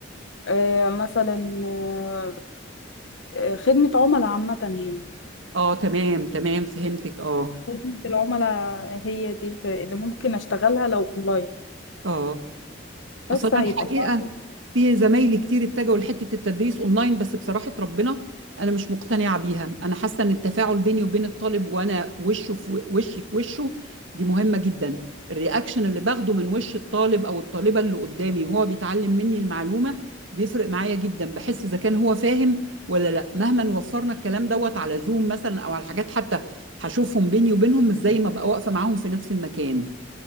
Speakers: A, on the left; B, on the right.
A: آه مثلا آه آه، خدمه عملاء عامه يعني
B: اه تمام تمام فهمتك اه
A: خدمه العملاء هي دي اللي اللي ممكن اشتغلها لو اونلاين
B: اه اصل
A: بس هيبقى
B: انا الحقيقه
A: صعب
B: في زمايلي كتير اتجهوا لحته التدريس اونلاين بس بصراحه ربنا انا مش مقتنعه بيها انا حاسه ان التفاعل بيني وبين الطالب وانا وشه في و- وشي في وشه دي مهمه جدا الرياكشن اللي باخده من وش الطالب او الطالبه اللي قدامي وهو بيتعلم مني المعلومه بيفرق معايا جدا بحس اذا كان هو فاهم ولا لا مهما وفرنا الكلام دوت على زوم مثلا او على حاجات حتى هشوفهم بيني وبينهم مش زي ما بقى واقفه معاهم في نفس المكان